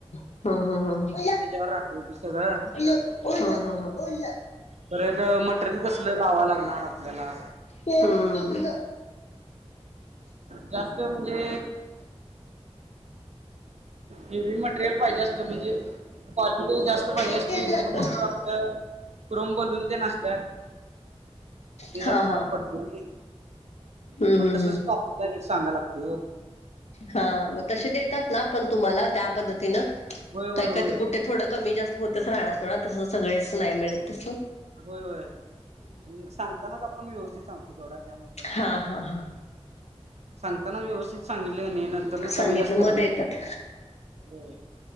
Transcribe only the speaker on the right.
त्याच्यावर राहतंय ते सगळं.
परत मटेरियल कसलं लावाय लागणार आपल्याला
जास्त म्हणजे हेवी मटेरियल पाहिजे असलं म्हणजे क्वालिटी जास्त पाहिजे असली
तर मग आपलं क्रोम बलून तेन असत्यात. ते
जरा महाग
पडते नाई
मग तसच
<unintelligible> रेट सांगाय लागतोय ओ.
होय होय
होय
होय होय सांगतानाच आपण व्यवस्थित सांगतोय सोडा त्यामुळे का विषय
नाही.
<inaudible> सांगताना व्यवस्थित सांगितल क नाई नंतर न
कमी जास्त करत
नाइत ओ होय.